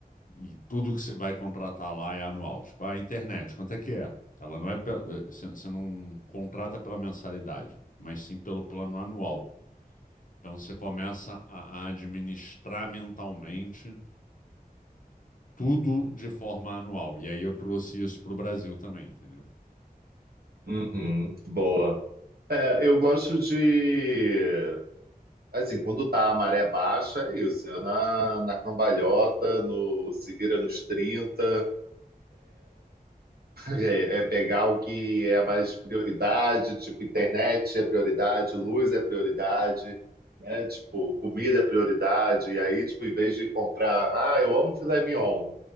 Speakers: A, on the left (about 60°); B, on the right (about 80°).
A: e tudo que você vai contratar lá é anual. Tipo, a internet, quanto é que é? Ela não é. pe- eh, Você você não contrata pela mensalidade, mas sim pelo plano anual. Então você começa a a administrar mentalmente tudo de forma anual. E aí eu trouxe isso para o Brasil também, entendeu?
B: Uhum, boa. É, eu gosto de. Assim, quando tá a maré baixa, é isso. É na, na cambalhota, no, se vira nos trinta É, é pegar o que é mais prioridade, tipo, internet é prioridade, luz é prioridade, né? Tipo, comida é prioridade. E aí, tipo, em vez de comprar, ah, eu amo filé mignon.